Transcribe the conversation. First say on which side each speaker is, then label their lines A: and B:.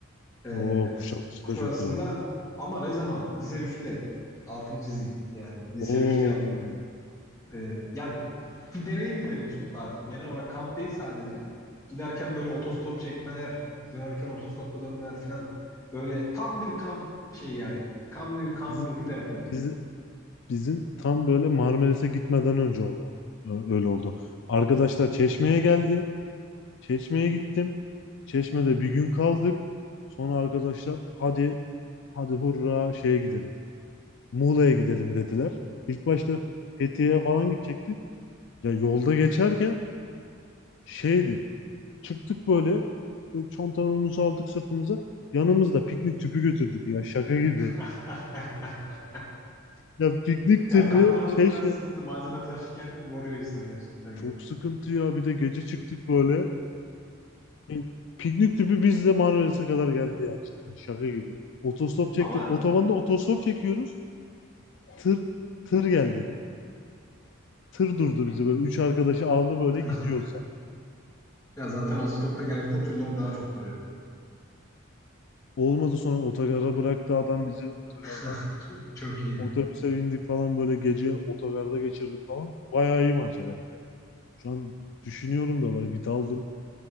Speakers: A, on the left; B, on the left.
A: E,
B: Oo Kuşadası
A: Kuşadası'nda
B: da çok güzeldi.
A: ama ne zaman? Lise üçte Altıncı diziyim. Yani lise
B: Oo
A: üçte yaptım. Ee, yani bir deneyimdi benim için o tatil. Genel olarak kamp değil sadece. Giderken böyle otostop çekmeler, dönerken otostopla dönmeler falan. Böyle tam bir kamp şey yani. Tam bir kamp
B: biz,
A: ruhuyla yaptık.
B: biz, Bizim tam böyle Marmaris'e gitmeden önce oldu. o. Ö- Öyle oldu. Arkadaşlar Çeşme'ye geldi. Çeşme'ye gittim. Çeşme'de bir gün kaldık. Sonra arkadaşlar hadi hadi hurra şeye gidelim. Muğla'ya gidelim dediler. İlk başta Fethiye'ye falan gidecektik. Ya yolda geçerken şeydi. Çıktık böyle e, çantalarımızı aldık sırtımıza. Yanımızda piknik tüpü götürdük ya şaka gibi.
A: <laughs>
B: Ya piknik tüpü
A: Ya kampını
B: Çeşme.
A: biraz sıkıntı. Malzeme taşırken yoruyor insan gerçekten
B: Çok
A: ya.
B: sıkıntı ya. Bir de gece çıktık böyle. Yani Piknik tüpü biz de Marmaris'e kadar geldi ya cidden. Şaka gibi. Otostop çektik.
A: Ama
B: Otobanda otostop çekiyoruz. Tır tır geldi. Tır durdu bizi böyle. Üç arkadaşı aldı böyle
A: <laughs>
B: gidiyoruz yani.
A: ya zaten otostopta genellikle tırlar daha çok duruyor.
B: Olmadı sonra otogara bıraktı adam bizi otogardan.
A: <laughs> Çok iyi. yani.
B: Otobüse bindik falan böyle gece otogarda geçirdik falan. Bayağı iyi maceraydı ya. Şu an düşünüyorum da böyle bir daldım.